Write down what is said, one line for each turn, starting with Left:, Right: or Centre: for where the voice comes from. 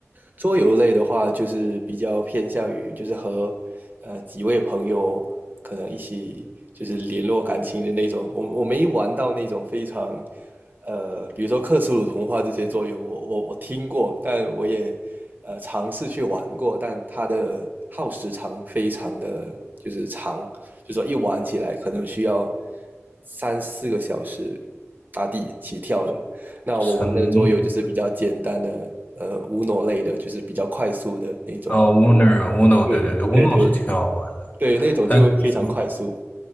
Right: 桌游类的话，就是比较偏向于就是和呃几位朋友可能一起就是联络感情的那种。我我没玩到那种非常呃，比如说克苏鲁童话这些桌游，我我我听过，但我也呃尝试去玩过，但它的耗时长非常的就是长，就说一玩起来可能需要三四个小时打底起跳的。那我玩的桌游就是比较简单的，
Left: 神。
Right: 呃 u n 类的，就是比较快速的那种。
Left: 哦，Uno，Uno，e
Right: 对对对对
Left: 对对对，Uno 是挺好玩的，
Right: 对，那种就非常快速。
Left: 但你说